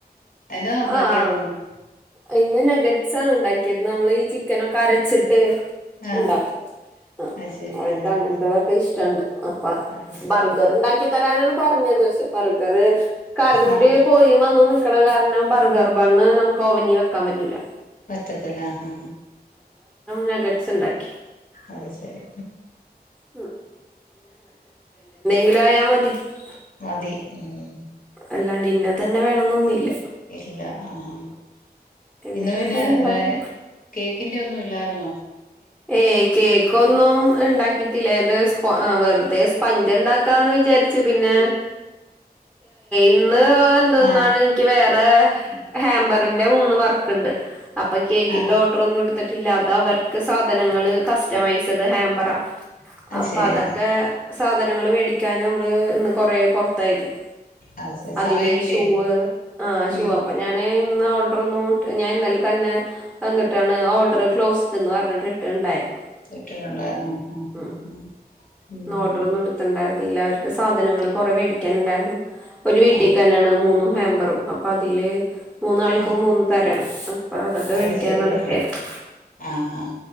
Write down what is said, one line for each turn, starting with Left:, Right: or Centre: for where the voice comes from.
Left: എന്നതാ ഉണ്ടാക്കിയതിന്ന്.
Centre: ആഹ് ഇന്ന് നഗട്സാണ് ണ്ടാക്കിയത് നമ്മള് ഈ ചിക്കനൊക്കെ അരച്ചിട്ട്
Left: ആഹ്
Centre: ഉണ്ടാക്കും ആഹ്
Left: അത് ശരി
Centre: അവര്ക്ക്
Left: ആഹ് ആഹ്
Centre: അങ്ങനത്തതൊക്കെ ഇഷ്ടണ്ട്. അപ്പ
Left: അത് ശരി
Centre: ബർഗർണ്ടാ തരാനാണ് പറഞ്ഞത് ശെ ബർഗർ കറണ്ട്
Left: ആഹ്
Centre: പോയിം വന്നും നി ക്കണകാ <unintelligible> പിന്നെ ബർഗർ ബണ് നമുക്ക് ഓവനി വയ്ക്കാൻ പറ്റൂല്ല.
Left: പറ്റത്തില്ല ആഹ്.
Centre: നാഗഡ്സ് ഉണ്ടാക്കി
Left: അത്ശെരി
Centre: ഉം ലായമതി. <unintelligible>
Left: മതി മ്മ്.
Centre: അല്ലാണ്ട് ഇന്ന തന്നെ വേണന്നൊന്നുഇല്ല.
Left: ഇല്ല ആഹ്
Centre: എന്തെങ്കിലുമൊക്കെ
Left: ഇന്ന് പിന്നെ
Centre: ഉണ്ടാക്കി
Left: വെ കേക്കിന്റെ ഒന്നും ഇല്ലാരുന്നോ?
Centre: ഏയ് കേക്കൊന്നും ഉണ്ടാക്കിറ്റില്ല ഇത് വെറുതെ സ്പഞ്ച് ഉണ്ടാ വിജാരിച്ച് പിന്നെ ഇന്ന് എന്തോന്നാണ്
Left: ആ
Centre: എനിക്ക് വേറെ ഹാമ്പറിന്റെ മൂന്ന് വർക്ക്ണ്ട്. അപ്പ കേക്കിന്റെ
Left: ആ
Centre: ഓർഡർ ഒന്നും എടുതിട്ടില്ല അത് അവർക്ക് സാ സാധനങ്ങള് കസ്റ്റമൈസ്ഡ് ഹാം പറ
Left: അത്
Centre: അപ്പ
Left: ശരിയാ
Centre: അതൊക്കെ സാധനങ്ങള് വേടിക്കാ നും നമ്മള് ഇന്ന് കൊറെ പൊറത്തായിരുന്ന്.
Left: അത് ശരി
Centre: അതിലെ
Left: സമയം കിട്ടിയില്ല
Centre: ഷൂവ് ആഹ് ഷൂ
Left: ഉം
Centre: അപ്പ ഞാനെ ഇന്ന് ഓ ഒരു <unintelligible> ഞാൻ ഇന്നലെത്തന്നെ വന്നിട്ടാണ് ഓർഡറ് ക്ലോസ്ഡ്ന്ന്‌ പറഞ്ഞിട്ട് <unintelligible> ട്ടുണ്ടായിരുന്നു.
Left: ഇട്ടിട്ടുണ്ടായിരുന്നു ഉം
Centre: മ്
Left: ഉം ഉം ഉം
Centre: നോട്ടുകളൊന്നും എട്ത്ത്ണ്ടായിരുന്നില്ല, അവര്ക്ക് സാധനങ്ങള്
Left: എടുത്തിട്ട്
Centre: കൊറേ വെടിക്കാനിണ്ടാര് ഒരു വീട്ടിക്ക്
Left: ആ
Centre: തന്നാണ് മൂന്നു ഹാബെറും. അപ്പ അതില് മൂന്നാൾക്കും
Left: ആ ആ
Centre: മൂന്ന് തരാണ്. <unintelligible>
Left: അത്
Centre: വേടിക്കാൻ
Left: ശെരി
Centre: നടക്കായിരുന്നു
Left: ആ ആ ഹാ ഹാ